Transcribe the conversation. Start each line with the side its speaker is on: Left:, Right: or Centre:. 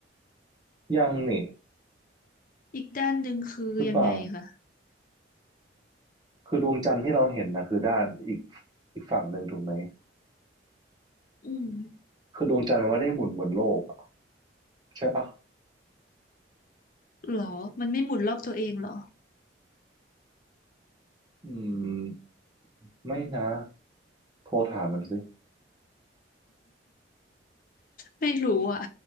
Right: ยังนี่
Left: อีกด้านหนึ่งคือยังไงคะ
Right: หรือเปล่าคือดวงจันทร์ที่เราเห็นนะคือด้านอีกอีกฝั่งหนึ่งถูกไหม
Left: อืม
Right: คือดวงจันทร์มันไม่ได้หมุนเหมือนโลกอะใช่ปะ
Left: หรอมันไม่หมุนรอบตัวเองเหรอ
Right: อืม ไม่นะ โทรถามมันสิ
Left: ไม่รู้อ่ะ